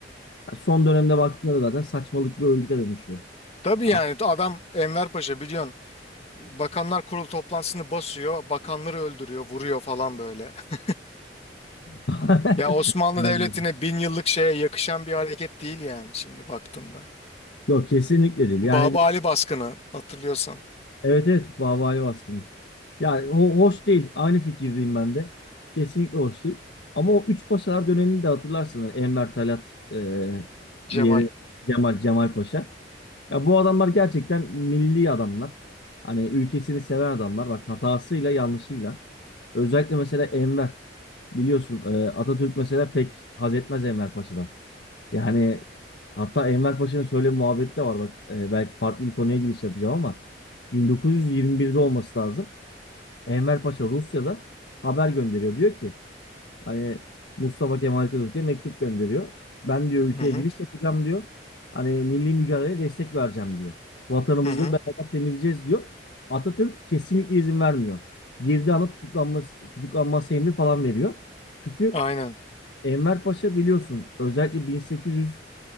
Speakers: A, on the left; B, on the left.
A: Ya Son dönemde baktığında da zaten saçmalık bir örgüte dönüşüyor.
B: Tabii
A: Ya,
B: yani adam Enver Paşa biliyorsun Bakanlar Kurulu toplantısını basıyor, bakanları öldürüyor, vuruyor falan böyle. <laughs>
A: <laughs>
B: Ya Osmanlı
A: Aynen.
B: Devleti'ne bin yıllık şeye yakışan bir hareket değil yani şimdi baktığında.
A: Yok kesinlikle değil. Yani
B: Baba
A: bir,
B: Ali baskını hatırlıyorsan.
A: evet evet Bahvani baskını. Yani ho- hoş değil. Aynı fikirdeyim ben de. Kesinlikle hoş değil. Ama o üç paşalar döneminde hatırlarsınız. Enver Talat, e,
B: Cemal.
A: diğeri Cemal, Cemal Paşa. Ya bu adamlar gerçekten milli adamlar. Hani ülkesini seven adamlar. Bak hatasıyla yanlışıyla. Özellikle mesela Enver. Biliyorsun e, Atatürk mesela pek haz etmez Enver Paşa'dan. Yani hatta Enver Paşa'nın şöyle bir muhabbeti de var bak. e, belki farklı bir konuya giriş yapacağım ama 1921'de olması lazım. Enver Paşa Rusya'da haber gönderiyor. Diyor ki hani Mustafa Kemal Atatürk'e mektup gönderiyor. Ben diyor ülkeye
B: Hı hı
A: giriş yapacağım diyor. Hani milli mücadeleye destek vereceğim diyor. Vatanımızı
B: hı hı.
A: diyor, beraber temizleyeceğiz diyor. Atatürk kesinlikle izin vermiyor. Girdiği anda tutuklanması, tutuklanması emri falan veriyor. Çünkü
B: Aynen.
A: Enver Paşa biliyorsun özellikle bin sekiz yüz